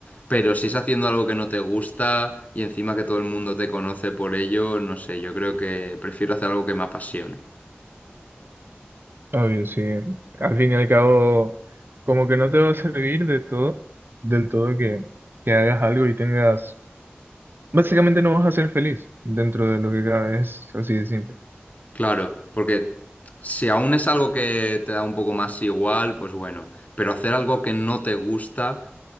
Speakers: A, on the left; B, on the right.
A: pero si es haciendo algo que no te gusta y encima que todo el mundo te conoce por ello, no sé, yo creo que prefiero hacer algo que me apasione.
B: Obvio, sí. Al fin y al cabo, como que no te va a servir de todo, del todo que, que hagas algo y tengas... Básicamente no vas a ser feliz dentro de lo que cabe, es así de simple.
A: Claro, porque si aún es algo que te da un poco más igual, pues bueno, pero hacer algo que no te gusta,